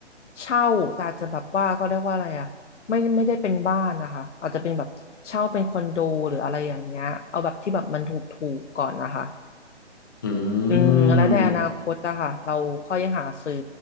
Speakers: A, on the left (about 80°); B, on the left (about 20°).
A: เช่าแต่อาจจะแบบว่าเขาเรียกว่าอะไรอะไม่ไม่ได้เป็นบ้านนะคะอาจจะเป็นแบบเช่าเป็นคอนโดหรืออะไรอย่างเงี้ยเอาแบบที่แบบมันถูกๆก่อนนะคะ
B: อื
A: อืมแล้วในอนาคตอะค่ะเราค่อยหาซื้อ
B: ม